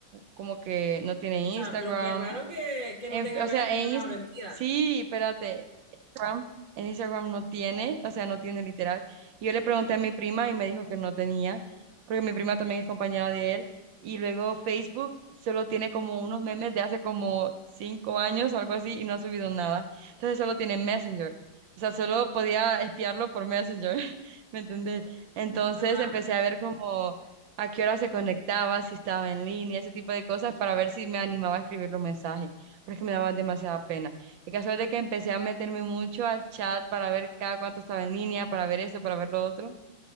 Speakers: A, on the right; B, on the left.
A: como que no tiene
B: O sea,
A: Instagram.
B: pero qué raro que, que
A: en-
B: no tenga
A: o
B: redes
A: sea,
B: sociales
A: en Insta-
B: ahora en día.
A: sí, espérate, Instagram, en Instagram no tiene, o sea, no tiene literal. Y yo le pregunté a mi prima y me dijo que no tenía, porque mi prima también es compañera de él. Y luego Facebook solo tiene como unos memes de hace como cinco años, algo así, y no ha subido nada. Entonces solo tiene Messenger. O sea, solo podía espiarlo por Messenger, <laughs> ¿me entendés? Entonces
B: Ajá,
A: empecé a ver como a qué hora se conectaba, si estaba en línea, ese tipo de cosas, para ver si me animaba a escribirle un mensaje, porque me daba demasiada pena. El caso es de que empecé a meterme mucho al chat para ver cada cuánto estaba en línea, para ver esto, para ver lo otro.